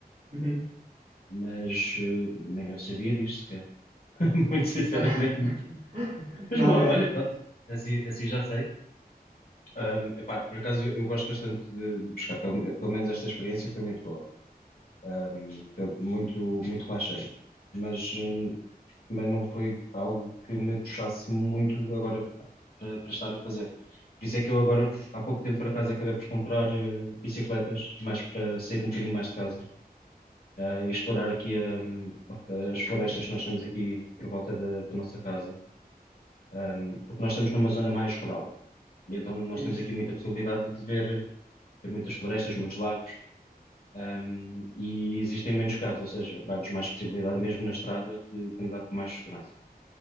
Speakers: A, on the right (about 80°); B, on the left (about 65°).
A: Uhum.
B: mas eh, nem eu sabia disto sequer, <laughs> muito sinceramente.
A: <laughs>
B: Mas
A: Não
B: boa,
A: é?
B: olha, pronto, assim, assim já sei. Ahm, epá, por acaso eu, eu gosto bastante de, de pescar, pelo, pelo menos esta experiência foi muito boa, Ahm, pel- muito, muito relaxante. Mas hum, também não foi algo que me puxasse muito agora para, para estar a fazer. Por isso é que eu agora, há pouco tempo, por acaso, acabei por comprar eh, bicicletas, mais para sair um bocadinho mais de casa eh, e explorar aqui hum, as florestas que nós temos aqui por volta da, da nossa casa, Hum, porque nós estamos numa zona mais rural e então nós
A: Fixe.
B: temos aqui muita possibilidade de ver, ver muitas florestas, muitos lagos. hum, e existem menos carros, ou seja, dá-nos mais possibilidade mesmo na estrada de, de andar com mais segurança.